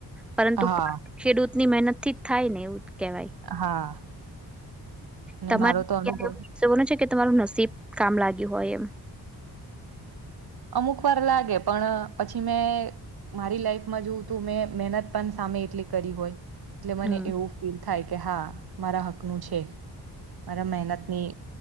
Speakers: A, in the centre; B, on the right.
A: પરંતુ
B: હા
A: ખેડૂતની મહેનત. ઠીક થાય ને એવું. કેવાય
B: હા. અને
A: તમારે
B: મારો તો અનુભવ
A: <unintelligible> છે કે તમારું નસીબ કામ લાગ્યું હોય એમ.
B: અમુક વાર લાગે પણ પછી મેં. મારી લાઈફમાં જોવું તું મેં મહેનત પણ સામે એટલી કરી હોય. એટલે મને
A: હમ
B: એવું ફીલ થાય કે હા. મારા હકનું છે મારા મહેનતની